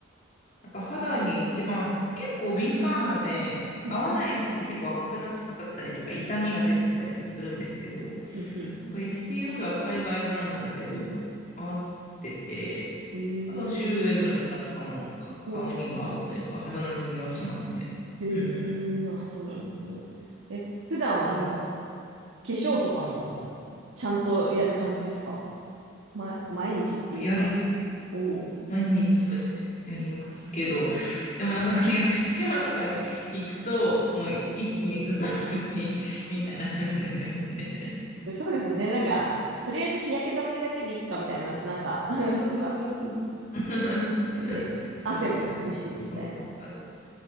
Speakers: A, on the left; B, on the right.
A: なんか肌に一番、結構敏感肌で、
B: うん、
A: 合わないやつって結構赤くなっちゃったりとか、痛みが出てきたりとかするんですけど、
B: うん、うん。
A: なんかエスティ t ロードは海外ブランドだけど、合ってて、
B: えー、
A: あとはシュウエムラとかもか顔には合うというか、
B: お、
A: 肌なじみはしますね。
B: えー、
A: うんう
B: あ、そうなんですね。え、普段はなんだろう。
A: ん。はい
B: 化粧とかも、ちゃんとやる感じですかま、毎日っていうか。
A: まあやり、
B: おー
A: 毎日そうですね。やりますけど、でもなんかその屋久島とかへ行くと、もう一気にずっと遊び <laughs> みたいな感じになりますね。
B: えそうですよね。なんか、とりあえず日焼け止めだけでいいかみたいな、なんか <laughs>
A: あ、そうそうそうそうそう。
B: とか、
A: <laughs>
B: ね、
A: そうそうそうそう。
B: 汗もかくしみたいな。
A: 本当そんな感じ。